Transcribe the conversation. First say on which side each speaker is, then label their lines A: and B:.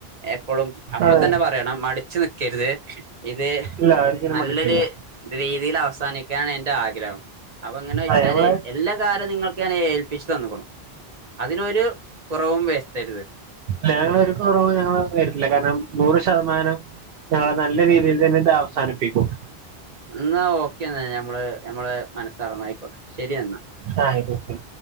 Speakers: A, on the right (about 40°); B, on the right (about 65°).
A: ഏ പ്പളും അപ്പൊ
B: അതെ
A: തന്നെ പറയണം. മടിച്ചു നിക്കരുതേ ഇത്
B: ഇല്ല ഒരിക്കലും
A: നല്ലൊ
B: മടുക്കില്ല
A: ര് രീതിയിൽ അവസാനിക്കാനാ എന്റെ ആഗ്രഹം അപ്പൊങ്ങനെ വെച്ചാല്
B: ആ ഞങ്ങള്
A: എല്ലാ കാര്യോം നിങ്ങൾ ക്കാനേൽപ്പിച്ച് തന്ന്ക്കുണു. അതിനൊരു കുറവും വരുത്തരുത്
B: ഞങ്ങളൊരു കുറവും ഞങ്ങള് വരില്ല. കാരണം നൂറ് ശതമാനം ഞങ്ങള് നല്ല രീതിയിൽ തന്നെ ഇത് അവസാനിപ്പിക്കും.
A: എന്നാ ഓക്കെന്നാ ഞമ്മള് ഞമ്മള് മനസ്സറഞ്ഞായിക്കോട്ടെ ശരി എന്നാ.
B: ആ